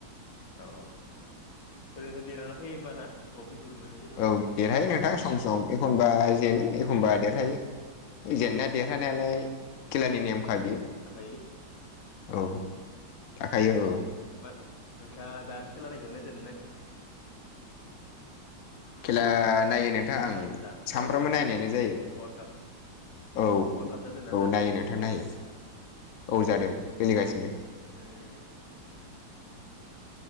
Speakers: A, on the left (about 55°); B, on the left (about 80°).
A: औ ओरैनोथ' देरहाना फैयो होमबाना ट्रफिफोर मोनो जेनेबा
B: औ देरहायो नोंथां
A: बान्थाफोर
B: सम सम एखनबा जेनो एखमबा देरहायो जेननाय देरहानायालाय
A: उम
B: खेलानि नेमखा बियो
A: थाखायो
B: औ थाखायो औ
A: मा नोंथाङा दा खेला नायदोना नायाखै
B: खेला नायो नोंथां
A: जेनेबा
B: आं
A: दा
B: सानफ्रामबो
A: वर्ल्ड काप
B: नायनायानो जायो
A: वर्ल्ड काप
B: औ
A: वर्ल्ड काप जादोंना
B: औ
A: दा
B: नायो नोंथां नायो औ जादों सोलिगासिनो
A: हम उम